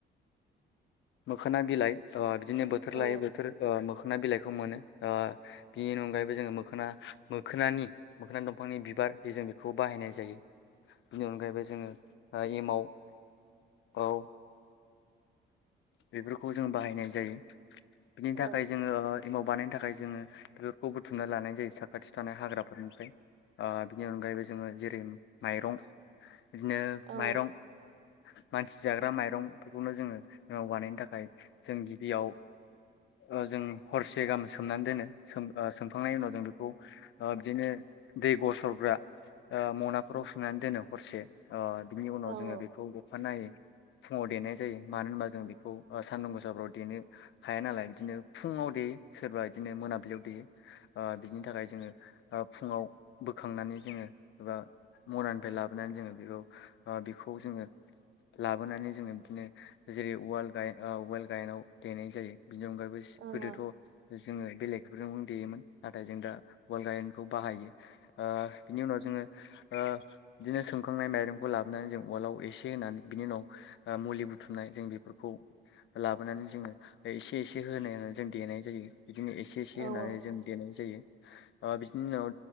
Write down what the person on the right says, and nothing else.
औ
औ
औ
औ ओं
ओं
औ
औ ओं